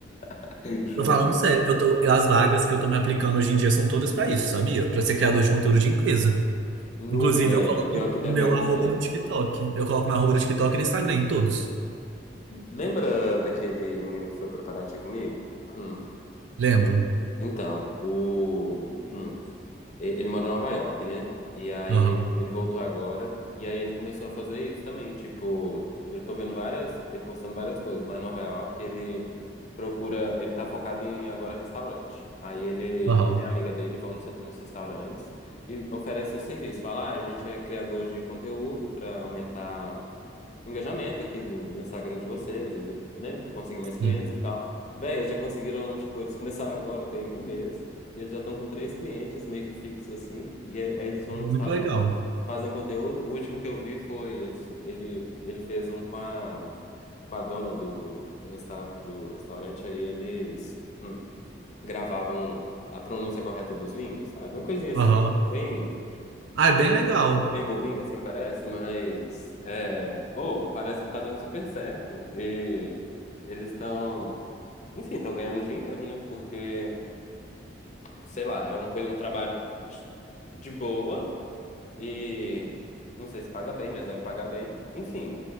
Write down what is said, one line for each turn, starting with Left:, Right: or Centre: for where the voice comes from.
Left: <laughs> Juro.
Right: Tô falando sério, eu tô, as vagas que eu tô me aplicando hoje em dia são todas pra isso, sabia? Pra ser criador de conteúdo de empresa.
Left: Nu,
Right: Inclusive,
Left: velho.
Right: eu coloco
Left: Pior
Right: o
Left: que deve
Right: meu
Left: dar muito
Right: arroba
Left: certo.
Right: do TikTok. Eu coloco meu arroba do TikTok e no Instagram, em todos.
Left: Lembra daquele menino que foi pra Paraty comigo? Hum.
Right: Lembro?
Left: Então, o. hum, e- Ele mora em Nova York, né? E aí
Right: Aham,
Left: ele, ele voltou agora. E aí ele começou a fazer isso também. Tipo, eu tô vendo várias. Ele postando várias coisas lá em Nova York. Ele procura. Ele tá focado em agora restaurante. Aí ele,
Right: aham.
Left: ele e a amiga dele vão nos, nos restaurantes e oferece o serviço. Fala, ah, a gente é criador de conteúdo pra aumentar engajamento aqui do, do Instagram de vocês e do, né, conseguir mais clientes
Right: Sim.
Left: e tal. Véi, eles já conseguiram, tipo, eles começaram agora, tem um mês, e eles já estão com três clientes meio que fixos assim, e aí aí eles vão no
Right: Muito
Left: restaurante,
Right: legal.
Left: fazem conteúdo. O último que eu vi foi, ele, ele, ele fez um com a, com a dona do, do, resta, do restaurante, aí eles hum, gravavam a pronúncia correta dos vinhos, sabe? Uma coisinha assim,
Right: Aham.
Left: bem
Right: Ah, é bem legal.
Left: meio bobinha, assim parece, mas é, oh, parece que tá dando super certo. E eles estão, enfim, estão ganhando dinheiro, né? Porque, sei lá, é uma coisa, um trabalho de boa e não sei se paga bem, mas deve pagar bem. Enfim,